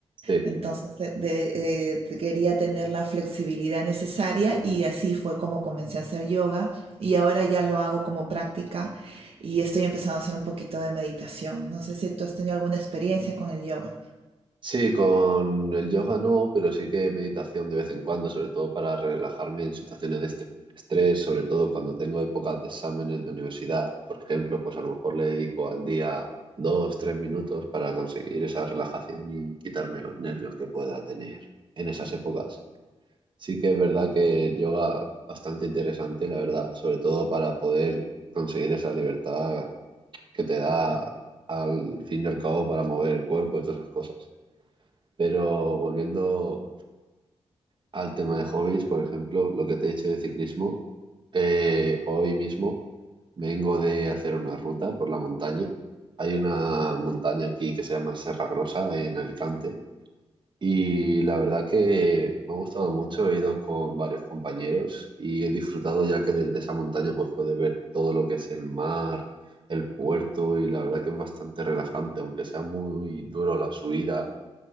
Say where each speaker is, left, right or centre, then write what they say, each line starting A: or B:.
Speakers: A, on the right (about 45°); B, on the right (about 60°).
A: sí.
B: Entonces eh, de- eh, quería tener la flexibilidad necesaria y así fue como comencé a hacer yoga y ahora ya lo hago como práctica y estoy empezando a hacer un poquito de meditación. No sé si tú has tenido alguna experiencia con el yoga.
A: Sí, con el yoga no, pero sí que meditación de vez en cuando, sobre todo para relajarme en situaciones de estre- estrés, sobre todo cuando tengo épocas de exámenes de universidad, por ejemplo, pues a lo mejor le dedico al día dos, tres minutos para conseguir esa relajación y quitarme los nervios que pueda tener en esas épocas. Sí que es verdad que el yoga bastante interesante, la verdad, sobre todo para poder conseguir esa libertad que te da al fin y al cabo para mover el cuerpo y todas esas cosas. Pero volviendo al tema de hobbies, por ejemplo, lo que te he dicho de ciclismo, eh, hoy mismo vengo de hacer una ruta por la montaña. Hay una montaña aquí que se llama Serra Grossa en Alicante y la verdad que me ha gustado mucho. He ido con varios compañeros y he disfrutado ya que desde esa montaña pues puedes ver todo lo que es el mar, el puerto y la verdad que es bastante relajante, aunque sea muy duro la subida